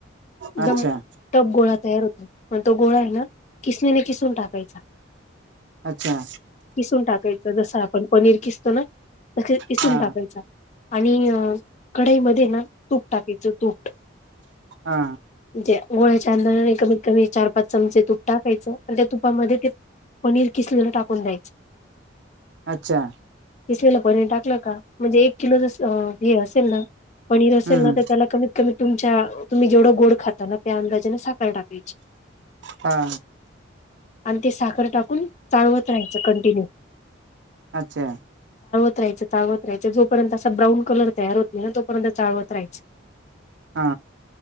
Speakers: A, on the left; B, on the right.
A: एकदम
B: अच्छा
A: टप गोळा तयार होतो पण तो गोळा आहे ना किसनीने किसून टाकायचा.
B: अच्छा
A: किसून टाकायचं. जसं आपण पनीर किसतो ना किसून
B: हा
A: टाकायच आणि अ कढई मध्ये ना तूप टाकायचं. तूट
B: हा
A: गोळ्याच्या अंदाजाने कमीत कमी चार पाच चमचे तूप टाकायचं. आणि त्या तुपामध्ये ते पनीर किसलेल टाकून द्यायच.
B: अच्छा
A: कीसलेल पनीर टाकलं का म्हणजे एक किलो जस हे असेल ना पनीर असेल
B: हम्म
A: ना तर त्याला कमीत कमी तुमच्या तुम्ही जेवढं गोड खाता ना त्या अंदाजाने साखर टाकायची.
B: हा
A: आणि ते साखर टाकून चाळवत राहायचं कंटिन्यू.
B: अच्छा
A: रायच चाळवत राहयच जोपर्यंत असा ब्राऊन कलर तयार होत नाही ना तोपर्यंत चाळवत रायचं.
B: हा